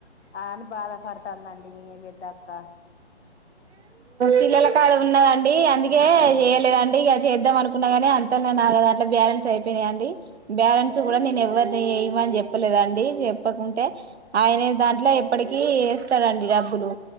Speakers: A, on the left; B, on the right.
A: ఆ అని బాధపడుతదండి మీ పెద్దక్క
B: పిల్లల కాడ ఉన్నద ండి అందుకే చేయలేదండి ఇగ చేద్దాం అనుకున్నా గాని అంతాల్నే నాల దాంట్లా బ్యాలెన్స్ అయిపోయినాయియండి బ్యాలెన్స్ కూడా నేను ఎవ్వరిని ఎయ్యిమని చెప్పలేదండి చెప్పకుంటే ఆయిన దాంట్ల ఇప్పడికి వేస్తాడండి డబ్బులు